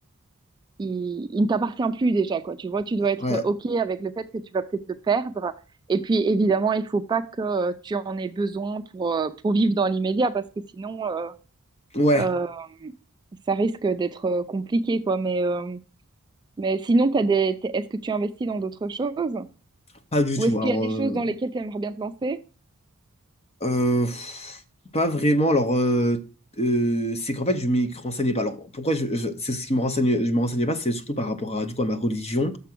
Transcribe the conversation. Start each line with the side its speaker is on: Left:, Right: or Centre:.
Right: il, il ne t'appartient plus déjà, quoi. Tu vois, tu dois être
Left: ouais.
Right: OK avec le fait que tu vas peut-être le perdre. Et puis, évidemment, il faut pas que euh, tu en aies besoin pour, euh, pour vivre dans l'immédiat, parce que sinon, euh,
Left: Ouais,
Right: euh, ça risque d'être euh, compliqué, quoi. Mais, euh, mais sinon, t'as des... t'es- est-ce que tu investis dans d'autres choses?
Left: pas du
Right: Ou
Left: tout.
Right: est-ce
Left: Alors,
Right: qu'il y a des
Left: euh,
Right: choses dans lesquelles tu aimerais bien te lancer?
Left: euh, pff, pas vraiment. Alors, euh, euh, c'est qu'en fait, je m'y renseignais pas. Alors, pourquoi je, je- c'est ce qui me renseigne, je me renseignais pas, c'est surtout par rapport à, du coup, à ma religion.